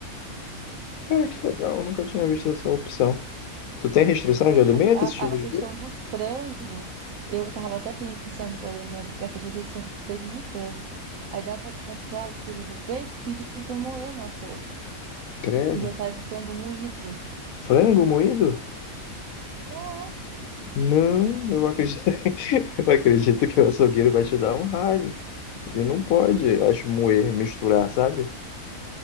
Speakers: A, on the left (about 70°); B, on the right (about 70°).
A: Cara, que legal, eu nunca tinha visto essa opção. Tu tem restrição
B: Pois é,
A: de alimentos,
B: a,
A: esse tipo
B: a, a
A: de
B: questão
A: coisa?
B: do frango, eu tava até pensando, por exemplo, que essas receitas são com peito de frango. Aí dá pra comprar o quilo do peito, pedir pra moer no açougue.
A: Credo.
B: E já traz o frango moído.
A: Frango moído?
B: É.
A: Não, eu acredito, <laughs> eu acredito que o açougueiro vai te dar um ralho. Ele não pode, acho, moer, misturar, sabe?